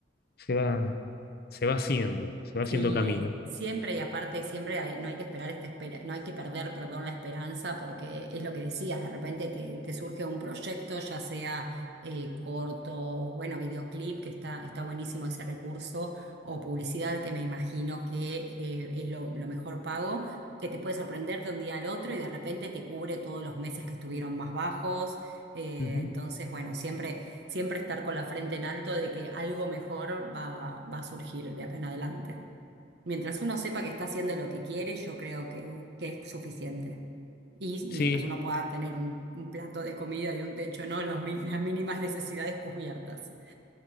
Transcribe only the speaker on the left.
se va, se va haciendo, se va
haciendo camino.
Ujú.
Sí,